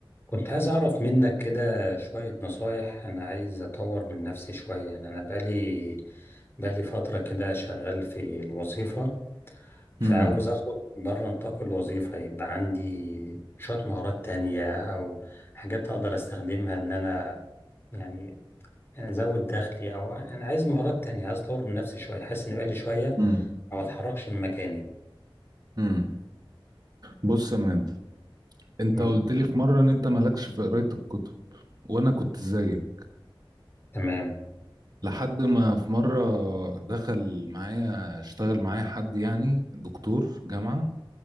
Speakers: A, on the left (about 25°); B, on the right (about 45°).
A: كنت عايز أعرف منك كده شوية نصايح أنا عايز أطور من نفسي شوية يعني أنا بقالي بقالي فترة كده شغال في الوظيفة فعاوز
B: امم
A: أخد بره نطاق الوظيفة يبقى عندي شوية مهارات تانية أو حاجات أقدر أستخدمها إن أنا يعني أزود دخلي أو أنا عايز مهارات تانية عايز أطور من نفسي شوية حاسس إن بقالي شوية
B: امم
A: ما بتحركش من مكاني
B: امم بص يا مان انت
A: أولى
B: قلت لي في مره ان انت مالكش في قرايه الكتب وانا كنت زيك
A: تمام
B: لحد ما في مره دخل معايا اشتغل معايا حد يعني دكتور جامعه